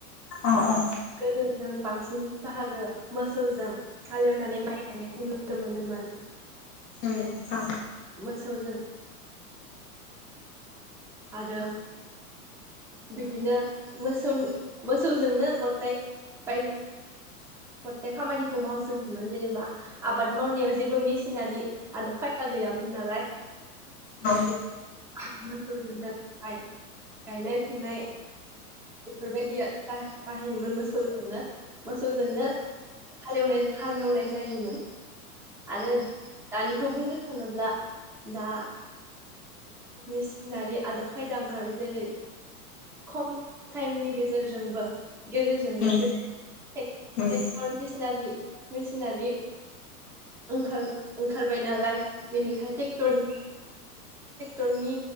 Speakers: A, on the left (about 75°); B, in the centre.
A: अ अ
B: गोदो जों। बांसिन बाहागो मोसौजों। हालएवनानै माइ गायनायखौ नुनो मोनो। <unintelligible>
A: उम
B: जे
A: औ
B: मोसौजों आरो
A: औ
B: बिदिनो मोसौ मोसौजोंनो गथाय बाय गथाय खामानिखौ मावजोबोमोन जेनेबा आबाद मावनायाव जेबो मेसिनारि आदब खायदा गैयामोन नालाय।
A: औ
B: बे मोसौजोंनो गायनाय फुनाय बेफोरबायदिया जाहैयोमोन मोसौजोंनो मोसौजोंनो हालेवनाय हालेवनाय जायोमोन आरो दानिखौ बुंनो थाङोब्ला दा। मेसिनारि आदब खायदा ओंखारबाय जेरै खम टाइमनि गेजेरजोंबो। गेजेरजोंनो
A: उम
B: जेरै ट्रेक्टर
A: उम
B: मेसिनारि। मेसिनारि ओंखार-ओंखारबाय नालाय बेनिखायनो तेकतरनि रनि